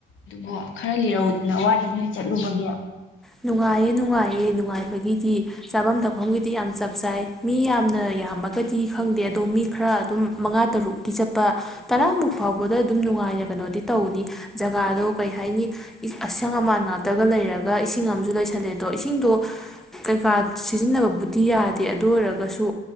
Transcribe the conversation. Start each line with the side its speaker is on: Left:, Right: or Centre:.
Left: ꯗꯨꯕ‌ꯣ꯫ ꯈꯔ ꯂꯤꯔꯧꯗꯅ ꯋꯥꯔꯤ ꯅꯣꯏ ꯆꯠꯂꯨꯕꯒꯤ꯫
Centre: ꯅꯨꯡꯉꯥꯏꯌꯦ ꯅꯨꯡꯉꯥꯏꯌꯦ ꯅꯨꯡꯉꯥꯏ꯫ ꯍꯥꯏꯕꯒꯤꯗꯤ ꯆꯥꯐꯝ ꯊꯛꯐꯝꯒꯤꯗꯤ ꯌꯥꯝ ꯆꯞ ꯆꯥꯏ ꯃꯤ ꯌꯥꯝꯅ ꯌꯥꯝꯃꯒꯗꯤ ꯈꯪꯗꯦ ꯑꯗꯣ ꯃꯤ ꯈꯔ ꯑꯗꯨꯝ ꯃꯉꯥ ꯇꯔꯨꯛꯀꯤ ꯆꯠꯄ ꯇꯔꯥꯃꯨꯛ ꯐꯥꯎꯕꯗ ꯑꯗꯨꯝ ꯅꯨꯡꯉꯥꯏꯅ ꯀꯩꯅꯣꯗꯤ ꯇꯧꯅꯤ ꯖꯒꯥꯗꯣ ꯀꯩ ꯍꯥꯏꯅꯤ ꯑꯁꯪ ꯑꯃꯥꯟ ꯉꯥꯛꯇꯒ ꯂꯩꯔꯒ꯫ ꯏꯁꯤꯡ ꯑꯃꯁꯨ ꯂ‌ꯣꯏꯁꯜꯂꯦ ꯑꯗꯣ ꯏꯁꯤꯡꯗꯣ ꯀꯩꯀꯥ ꯁꯤꯖꯤꯟꯅꯕꯕꯨꯗꯤ ꯌꯥꯗꯦ ꯑꯗꯨ ꯑꯣꯏꯔꯒꯁꯨ